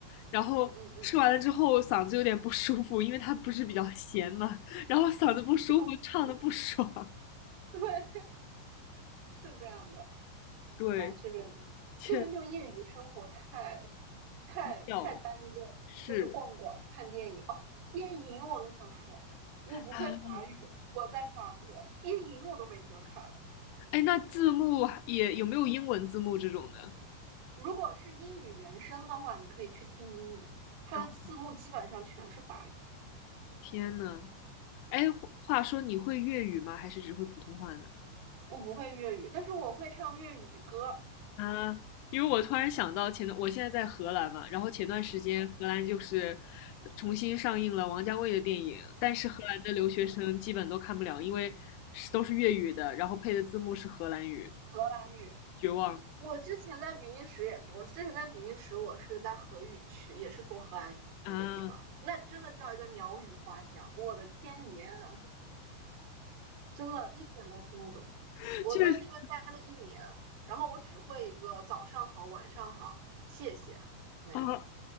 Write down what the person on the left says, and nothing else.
然后吃完了之后嗓子有点不舒服，
因为他不是比较咸嘛，然后嗓子不舒服，
唱的不爽，
对，
确实
掉了，是
啊，
哎，那字幕也有没有英文字幕这种的？
哦，天呐，哎，话说你会粤语吗？还是只会普通话呢？
啊，因为我突然想到前段，我现在在荷兰嘛，然后前段时间荷兰就是重新上映了王家卫的电影，但是荷兰的留学生基本都看不了，因为是都是粤语的，然后配的字幕是荷兰语，
绝望
啊
<laughs>！
确实
啊，